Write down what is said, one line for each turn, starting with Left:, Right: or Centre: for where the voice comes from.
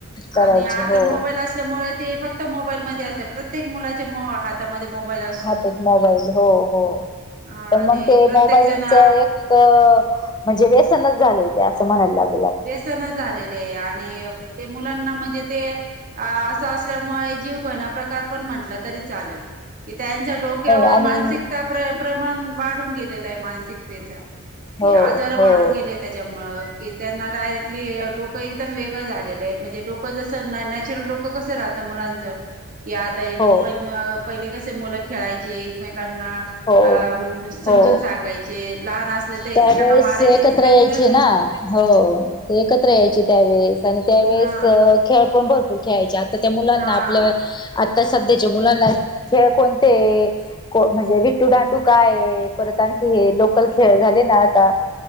Left: करायची
Right: आणि आता
Left: हो
Right: मोबाईल असल्यामुळे ते फक्त मोबाईलमध्ये असते प्रत्येक मुलाच्या हातामध्ये मोबाईल असतो
Left: हातात मोबाईल हो हो
Right: आणि
Left: पण मग ते
Right: प्रत्येक
Left: मोबाईलच
Right: जण
Left: एक म्हणजे व्यसनच झालंय ते असं म्हणायला लागत.
Right: व्यसनच झालेले आणि ते मुलांना म्हणजे, ते अस असल्यामुळे जीव घ प्र पण म्हट तरी चालेल. त्यांच्या डोक्यावर
Left: नाही आणि
Right: मानसिकता प्रमाण वाढून गेलेला आहे मानसिकतेचा. कि
Left: हो
Right: आजार
Left: हो
Right: वाढून गेले त्याच्या मूळ कि, त्यांना डायरेक्टली डोकं एकदम वेगं झालेलं आहे, म्हणजे डोकं जसं नॅचरल डोकं कसं राहत मु मुलांचं की आता
Left: हो
Right: मोबाईल पहिले कसे मुलं खेळायची एके एकमेकांना
Left: हो
Right: अ समजून
Left: हो
Right: सांगायचे. लहान असले तर एकमेकांना
Left: त्यावेेळेस
Right: मारायचे
Left: एकत्र
Right: तिथल्या
Left: यायचे
Right: तिथ स
Left: ना हो ते एकत्रहायचे त्यावेेळेस आणि त्यावेेळेस
Right: हा
Left: खेळ पण भरपूर खेळायचे आ त्या मुलांना
Right: हा
Left: आपल्या आता सध्याच्या मुलांना, खेळ कोणते म्हणजे विट्टू डांडू काय परत आणखी हे लोकल खे खेळ झाले ना आता